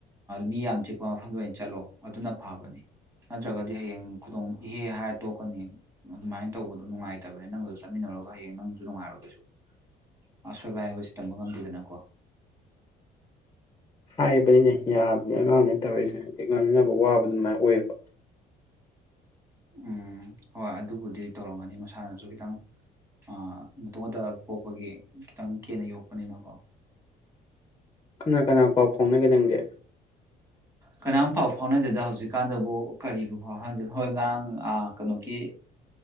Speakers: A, on the right; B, on the left.
A: ꯃꯤ ꯌꯥꯝ ꯆꯤꯛꯄ ꯃꯐꯝꯗ ꯑꯣꯏꯅ ꯆꯠꯂꯣ ꯑꯗꯨꯅ ꯐꯕꯅꯤ ꯅꯠꯇ꯭ꯔꯒꯗꯤ ꯍꯌꯦꯡ ꯈꯨꯗꯣꯡ ꯏꯍꯦ ꯍꯥꯏꯔ ꯇꯣꯛꯀꯅꯤ ꯑꯗꯨꯃꯥꯏꯅ ꯇꯧꯕꯗꯣ ꯅꯨꯡꯉꯥꯏꯇꯕꯅꯤ ꯅꯪꯒꯁꯨ ꯆꯠꯃꯤꯟꯅꯔꯨꯔꯒ ꯍꯌꯦꯡ ꯅꯪꯁꯨ ꯅꯨꯡꯉꯥꯏꯔꯣ ꯀꯩꯁꯨ ꯑꯁꯣꯏꯕ ꯍꯥꯏꯕꯁꯤ ꯇꯝꯕ ꯉꯝꯗꯦꯗꯅꯀꯣ
B: ꯍꯥꯏꯕꯅꯤꯅꯦ ꯌꯥꯗꯦ ꯑꯉꯥꯡꯅꯦ ꯇꯧꯔꯤꯁꯦ ꯍꯥꯏꯗꯤ ꯉꯥꯡꯅꯕ ꯋꯥꯕ ꯑꯗꯨꯃꯥꯏꯅ ꯑꯣꯏꯌꯦꯕ
A: ꯎꯝ ꯍꯣꯏ ꯑꯗꯨꯕꯨꯗꯤ ꯇꯧꯔꯝꯒꯅꯤ ꯃꯁꯥꯅꯁꯨ ꯈꯤꯇꯪ ꯑ ꯃꯇꯣꯝ ꯈꯛꯇ ꯄꯣꯛꯄꯒꯤ ꯈꯤꯇꯪ ꯀꯦꯅ ꯌꯣꯛꯄꯅꯤꯅꯀꯣ
B: ꯀꯅꯥ ꯀꯅꯥ ꯄꯥꯎ ꯐꯥꯎꯅꯒꯦ ꯅꯪꯗꯤ
A: ꯀꯅꯥꯝꯐꯥꯎ ꯐꯥꯎꯅꯗꯦꯗ ꯍꯧꯖꯤꯛꯀꯥꯟꯗꯕꯨ ꯀꯔꯤꯕꯨ ꯐꯥꯎ ꯐꯥꯎꯗ ꯍꯣꯏ ꯉꯔꯥꯡ ꯀꯩꯅꯣꯒꯤ